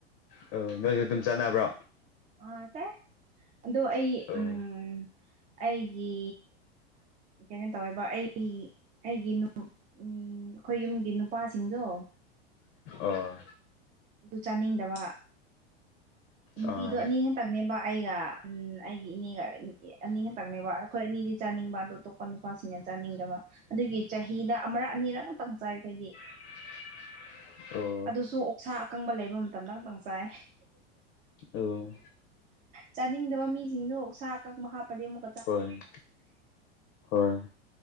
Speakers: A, on the left; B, on the right.
A: ꯑ ꯅꯣꯏꯖꯨ ꯑꯗꯨꯝ ꯆꯥꯟꯅꯕ꯭ꯔꯣ
B: ꯑ ꯆꯥꯢ ꯑꯗꯣ ꯑꯩ
A: ꯑꯣ
B: ꯎꯝ ꯑꯩꯒꯤ ꯀꯩꯅꯣ ꯇꯧꯋꯦꯕ ꯑꯩꯒꯤ ꯑꯩꯒꯤ <unintelligible> ꯎꯝ ꯑꯈꯣꯏ ꯌꯨꯝꯒꯤ ꯄꯥꯁꯤꯡꯗꯣ
A: ꯑꯥ
B: ꯗꯨ ꯆꯥꯅꯤꯡꯗꯕ ꯅꯨꯄꯤꯗꯣ
A: ꯑꯥ ꯑꯥ
B: ꯑꯅꯤ ꯈꯇꯪꯅꯦꯕ ꯑꯩꯒ ꯎꯝ ꯑꯩꯒꯤ ꯏꯅꯦꯒ ꯑꯦ ꯑꯅꯤ ꯈꯛꯇꯪꯅꯦꯕ ꯑꯈꯣꯏ ꯑꯅꯤꯗꯤ ꯆꯥꯅꯤꯡꯕ ꯑꯗꯣ ꯑꯇꯣꯞꯄ ꯅꯨꯄꯥꯁꯤꯡꯅ ꯆꯥꯅꯤꯡꯗꯕ ꯑꯗꯨꯒꯤ ꯆꯍꯤꯗ ꯑꯃꯔꯛ ꯑꯅꯤꯔꯛ ꯑꯝꯇꯪ ꯆꯥꯏ ꯈꯣꯏꯗꯤ
A: <inaudible> ꯑꯣ
B: ꯑꯗꯨꯁꯨ ꯑꯣꯛꯁꯥ ꯑꯀꯪꯕ ꯂꯩꯕ ꯃꯇꯝꯗ ꯈꯛꯇꯪ ꯆꯥꯏ
A: ꯑꯣ
B: ꯆꯥꯅꯤꯡꯗꯕ ꯃꯤꯁꯤꯡꯗꯣ ꯑꯣꯛꯁꯥ ꯑꯀꯪꯕ ꯍꯥꯞꯄꯗꯤ ꯑꯃꯨꯛ
A: ꯍꯣꯏ ꯍꯣꯏ